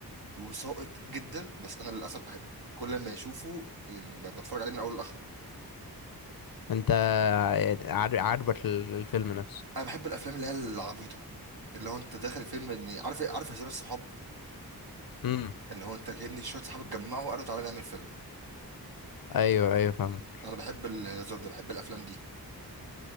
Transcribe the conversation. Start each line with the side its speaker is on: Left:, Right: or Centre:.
Right: وساقط جدا بس انا للاسف بحبه كل ما اشوفه يعني بتفرج عليه من اول لاخره
Left: انت يعني عاجب- عاجبك ال- الفيلم نفسه
Right: انا بحب الافلام اللي هي العبيطه اللي هو انت داخل فيلم اني عارف عارف هزار الصحاب
Left: امم
Right: اللي هو انت كأن شويه صحاب اتجمعوا وقالوا تعالى نعمل فيلم
Left: ايوه ايوه فاهمك
Right: انا بحب الهزار ده بحب الافلام دي